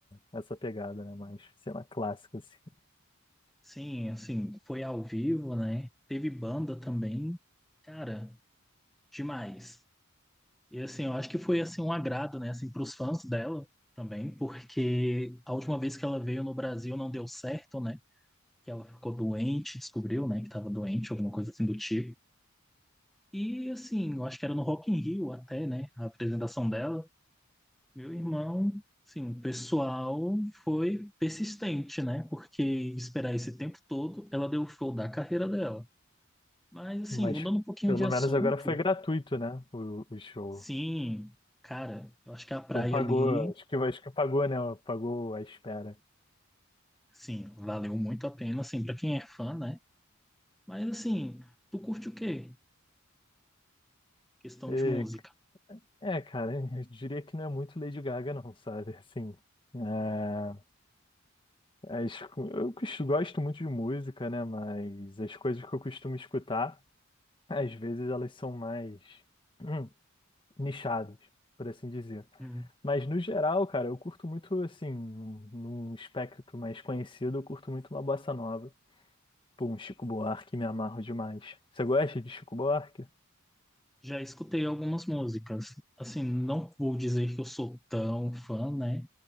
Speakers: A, on the left (about 25°); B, in the centre.
A: essa pegada, né? Mais, sei lá, clássico, assim.
B: sim, assim, foi ao vivo, né? Teve banda também, cara, demais. E assim, eu acho que foi assim um agrado, né, assim, para os fãs dela também, porque a última vez que ela veio no Brasil não deu certo, né? Que ela ficou doente, descobriu, né, que estava doente, alguma coisa assim do tipo. E assim, eu acho que era no Rock in Rio até, né, a apresentação dela. Meu irmão, sim, o pessoal foi persistente, né? Porque esperar esse tempo todo, ela deu o show da carreira dela. Mas, assim,
A: Mas
B: mudando um pouquinho
A: pelo
B: de assunto,
A: menos agora foi gratuito, né? O, o show.
B: sim, cara, eu acho que a praia
A: Então pagou,
B: ali,
A: acho que, acho que pagou, né? Pagou a espera.
B: sim, valeu muito a pena, assim, pra quem é fã, né? Mas, assim, tu curte o quê? Questão
A: E,
B: de música.
A: é, cara, <laughs> eu diria que não é muito Lady Gaga, não, sabe? Assim. é, As co- eu cos- gosto muito de música, né? Mas as coisas que eu costumo escutar, às vezes elas são mais hum, nichadas, por assim dizer.
B: Hum.
A: Mas no geral, cara, eu curto muito, assim, num num espectro mais conhecido, eu curto muito uma bossa nova. Pô, um Chico Buarque, me amarro demais. Você gosta de Chico Buarque?
B: Já escutei algumas músicas. Assim, não vou dizer que eu sou tão fã, né?